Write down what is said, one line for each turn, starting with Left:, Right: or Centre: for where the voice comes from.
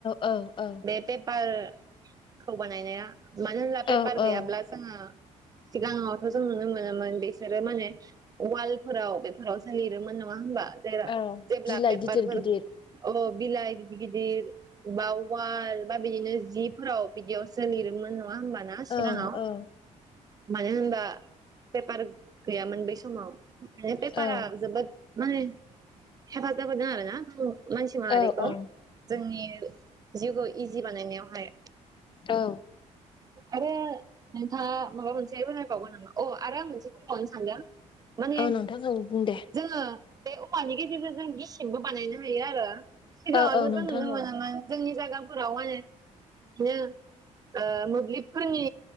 Left: औ
Right: बे पेपारखौ बानायनाया मानो होनला पेपार
Left: औ औ
Right: गैयाब्ला जोङो सिगाङावथ' जों नुनो मोनोमोन बिसोरो माने वालफोराव बेफोरावसो लिरोमोन नङा होमबा जेरा
Left: औ
Right: जेब्ला
Left: बिलाइ
Right: पेपार
Left: गिदिर
Right: फोर
Left: गिदिर
Right: औ बिलाइ गिदिर गिदिर बा वाल बा बिदिनो जिफोराव बिदियाव सो लिरोमोन नङा होमबा ना सिगाङाव
Left: औ औ
Right: मानो होनबा पेपार गैयामोन बै समाव ओंखायनो पेपारा
Left: औ
Right: जोबोद माने हेफाजाब होदों आरोना नंगौ मानसि माहारिखौ
Left: औ
Right: जोंनि जिउखौ इजि बानायनायावहाय
Left: औ
Right: आरो नोंथाङा माबा मोनसे फोरमायबावगोन नामा अ आरो आं मोनसे बुंबावनो सानदों माने
Left: औ नोंथां औ बुं दे
Right: जोङो बे औवानि गेजेरजों जों गिसिंबो बानायनो हायो आरो सिगाङावथ'
Left: औ औ नोंथां
Right: जों नुनो मोनोमोन
Left: औ
Right: जोंनि जायगाफोराव माने बिदिनो ओ मोब्लिबफोरनि